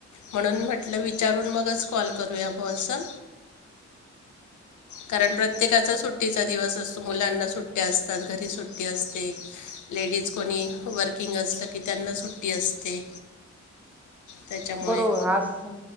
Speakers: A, on the left (about 80°); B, in the centre.
A: म्हणून म्हटलं विचारून मगच कॉल करूया बुवा असं. कारण प्रत्येकाचा सुट्टीचा दिवस असतो. मुलांना सुट्ट्या असतात, घरी सुट्टी असते. लेडीज कोणी वर्किंग असलं की त्यांना सुट्टी असते. त्याच्यामुळे
B: बरोबर. आज स